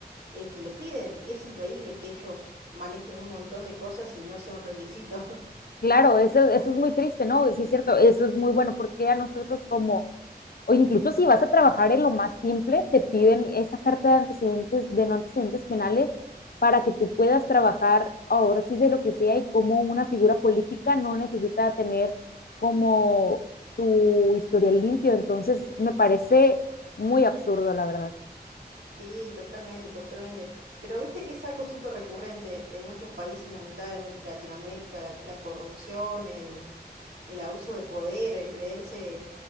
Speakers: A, on the right (about 70°); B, on the left (about 65°).
A: eh, te lo piden y es increíble que ellos manejen un montón de cosas y no sea un requisito. <laughs>
B: Claro, eso, eso es muy triste, ¿no? Sí, es cierto, eso es muy bueno porque a nosotros como, o incluso si vas a trabajar en lo más simple, te piden esa carta de antecedentes, de no antecedentes penales, para que tú puedas trabajar ahora sí de lo que sea y como una figura política no necesita tener como tu historial limpio. Entonces, me parece muy absurdo, la verdad.
A: Sí, totalmente, totalmente. Pero viste que es algo súper recurrente en muchos países, lamentablemente Latinoamérica, la la corrupción, el el abuso de poder, el creerse